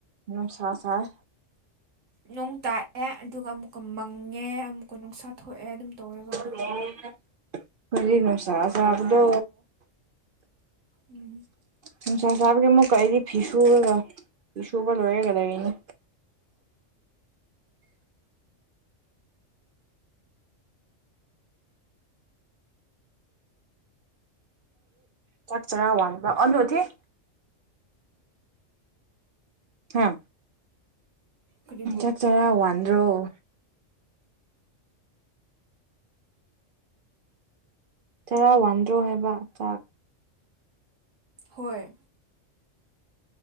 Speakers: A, on the right; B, on the right.
A: ꯅꯨꯡꯁꯥ ꯁꯥꯏ
B: ꯅꯣꯡ ꯇꯥꯛꯑꯦ ꯑꯗꯨꯒ ꯑꯃꯨꯛꯀ ꯃꯪꯉꯦ ꯑꯃꯨꯛꯀ ꯅꯨꯡꯁꯥ ꯊꯣꯛꯑꯦ ꯑꯗꯨꯝ ꯇꯧꯋꯦꯕ
A: ꯍ <unintelligible> ꯑꯩꯈꫭꯏꯗꯤ ꯅꯨꯡꯁꯥ ꯁꯥꯕꯗꯣ
B: ꯎꯝ
A: ꯅꯨꯡꯁꯥ ꯁꯥꯕꯒꯤ ꯃꯨ ꯀꯥ ꯑꯩ ꯐꯤ ꯁꯨꯔꯒ ꯐꯤ ꯁꯨꯨꯕ ꯂꯣꯏꯔꯒ ꯂꯩꯔꯤꯅꯦ ꯆꯥꯛꯆꯒꯥ ꯋꯥꯕ <unintelligible> ꯍꯥ
B: ꯀꯥꯔꯤꯕꯨ
A: ꯆꯥꯛ ꯆꯔꯥ ꯋꯥꯟꯗ꯭ꯔꯣ ꯆꯔꯥ ꯋꯥꯟꯗ꯭ꯔꯣ ꯍꯥꯏꯕ ꯆꯥꯛ
B: ꯍꯣꯏ